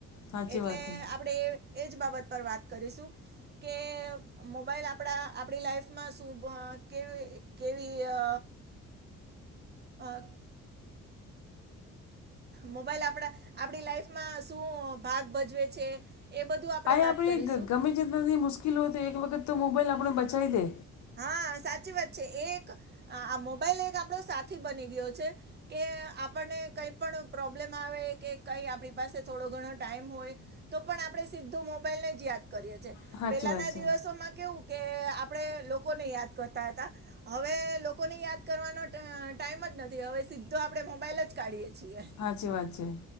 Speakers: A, on the left; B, on the right.
A: સાચી
B: એટલે
A: વાત છે
B: આપડે એજ બાબત પર વાત કરીશું કે મોબાઈલ આપડા આપડી લાઈફમાં શુંભ કેવી કેવી અ અ મોબાઈલ આપડા આપડી લાઈફમાં શું ભાગ ભજવે છે એ બધું આપડે
A: આ
B: વાત
A: આપણે
B: કરીશું.
A: ગમે એટલી મુશ્કેલ હોય તો એક વખત તો મોબાઈલ આપણે બચાવી લે.
B: હા સાચી વાત છે એક આ મોબાઈલ એક આપડો સાથી બની ગયો છે. કે આપણને કઈ પણ પ્રોબ્લેમ આવે કે કઈ આપણી પાસે થોડો ઘણો ટાઈમ હોય તો પણ આપડે સીધું મોબાઈલ ને જ યાદ કરીએ છીએ.
A: સાચી
B: પેલાના
A: વાત છે
B: દિવસોમાં કેવું કે આપડે લોકોને યાદ કરતા હતા. હવે લોકોને યાદ કરવાનો ટ ટાઈમ જ નથી હવે સીધો આપડે મોબાઈલ જ કાઢીયે છીએ.
A: હાચી વાત છે